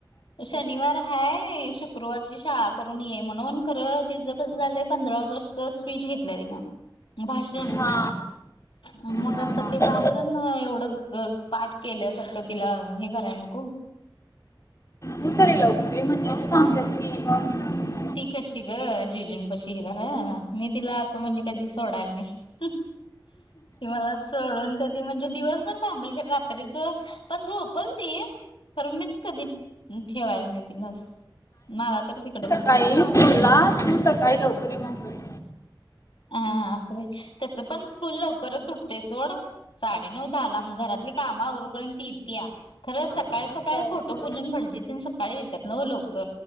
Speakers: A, on the left (about 80°); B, on the left (about 40°).
A: शनिवार हाय शुक्रवारची शाळा करून ये म्हणून खरं तिचं. कस झालं पंधरा ऑगस्ट स्पीच घेतल्या तिनं भाषण.
B: हा
A: मग
B: हा
A: आता ते भाषण एवढं क पाठ केल्यासारखं तिला हे कराय नको.
B: तू तररीे लवकर आहे म्हणजे तू सांगत.
A: ती कशी ग जीजून पशी हे करा ना मी तिला असं म्हणजे कधी सोडायला नाही. तुम्हाला. सडून कधी म्हणजे दिवसभर थांबल क रात्रीच पण झोपल ती. खर मीच कधी ठेवायला नाही ति लस मला तर तिकड
B: काही तुला तू सकाळी लवकरी मणकरी.
A: हा हा असं होय तसं पण स्कूल लवकरच उठतेय सोड. साडे नऊ मग घरातले काम अवरपर्यंत ती येत्या. खरं सकाळी
B: असं
A: सकाळी
B: आहे
A: फोटो पूजून भटजीतील सकाळी येतात न लवकर